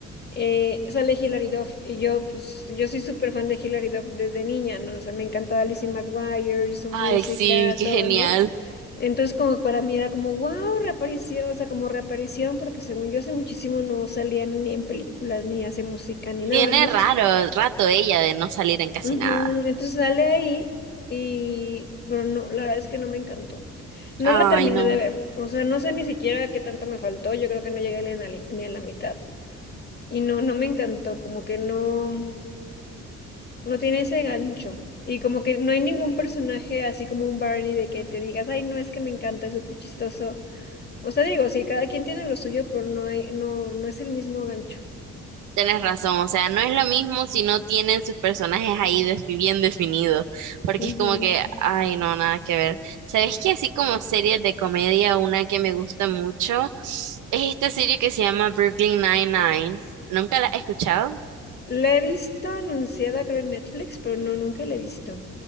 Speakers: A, on the left; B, on the right.
A: eh, sale Hilary Duff y yo pues yo soy súper fan de Hilary Duff desde niña, ¿no? O sea, me encantaba Lizzie McGuire, su música,
B: Ay, sí, qué
A: todo,
B: genial.
A: ¿no? Entonces como para mí era como, wow, reaparición, o sea, como reaparición porque según yo hace muchísimo no salían ni en películas, ni hace música, ni
B: Tiene
A: nada, ¿no?
B: raro rato ella de no salir en casi
A: Ujú,
B: nada.
A: Entonces sale ahí y, pero no, la verdad es que no me encantó. No
B: Ay,
A: la terminé
B: no.
A: de ver, o sea, no sé ni siquiera qué tanto me faltó, yo creo que no llegué ni a la, ni a la mitad. Y no, no me encantó, como que no, no tiene ese gancho. Y como que no hay ningún personaje así como un Barney de que te digas, ay, no es que me encanta, es súper chistoso. O sea, digo, sí, cada quien tiene lo suyo, pero no hay, no, no es el mismo gancho.
B: Tenés razón, o sea, no es lo mismo si no tienen sus personajes ahí des- bien definidos, porque
A: Ujú.
B: es como que, ay, no, nada que ver. ¿Sabes qué? Así como series de comedia, una que me gusta mucho es esta serie que se llama Brooklyn Nine-Nine. ¿Nunca la has escuchado?
A: La he visto anunciada, creo, en Netflix, pero no, nunca la he visto.